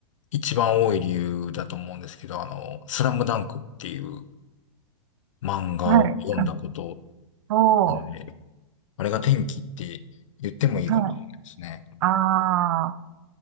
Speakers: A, on the left (about 75°); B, on the right (about 60°).
A: 一番多い理由だと思うんですけど、あの、スラムダンクっていう漫画を読んだこと
B: はい。あお
A: なんであれが天気って言ってもいいかもしれないですね。
B: ー、はい。あー、